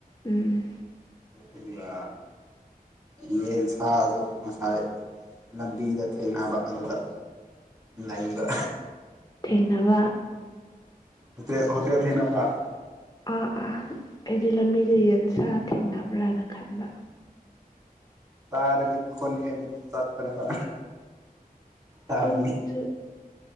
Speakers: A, on the left; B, on the right.
A: ꯎꯝ
B: ꯑꯗꯨꯒ ꯌꯦꯟ ꯁꯥꯁꯨ ꯉꯁꯥꯏ ꯂꯝꯕꯤꯗ ꯊꯦꯡꯅꯕ ꯑꯗꯨꯗ ꯂꯩꯕ
A: ꯊꯦꯡꯅꯕ
B: ꯍꯣꯇꯦꯜ ꯍꯣꯇꯦꯜ ꯊꯦꯡꯅꯅꯕ
A: ꯑꯥ ꯑꯥ ꯑꯩꯗꯤ ꯂꯝꯕꯤꯗ ꯌꯦꯟꯁꯦ ꯁꯥ ꯊꯦꯡꯅꯕ꯭ꯔꯥꯅ ꯈꯟꯕ
B: ꯇꯥꯔꯗꯤ ꯈꫭꯟꯖꯦꯟ ꯇꯠꯇꯅꯕ ꯇꯥꯕꯤ
A: ꯄꯨꯡꯁꯤꯁꯨ